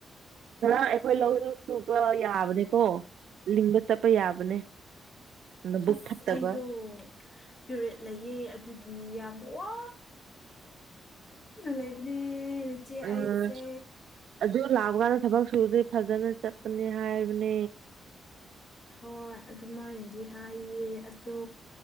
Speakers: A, on the right; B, on the left.
A: ꯉꯔꯥꯡ ꯑꯩꯈꯣꯏ ꯂꯧꯗꯨ ꯁꯨꯕ ꯌꯥꯕꯅꯦꯀꯣ ꯂꯤꯡꯕ ꯆꯠꯄ ꯌꯥꯕꯅꯦ ꯅꯕꯨꯛ
B: ꯑꯁ
A: ꯐꯠꯇꯕ
B: ꯑꯩꯗꯣ ꯄꯦꯔꯦꯠ ꯂꯩꯌꯦ ꯑꯗꯨꯒꯤ ꯌꯥꯝ ꯋꯥ ꯂꯩꯕꯅꯦ ꯏꯆꯦ
A: ꯎꯝ
B: ꯑꯩꯁꯦ
A: ꯑꯗꯨ ꯂꯥꯛꯄ ꯀꯥꯟꯗ ꯊꯕꯛ ꯁꯨꯕꯗꯤ ꯐꯖꯅ ꯆꯠꯄꯅꯤ ꯍꯥꯏꯕꯅꯦ
B: ꯍꯣꯏ ꯑꯗꯨꯃꯥꯏꯅꯗꯤ ꯍꯥꯏꯌꯦ ꯑꯗꯣ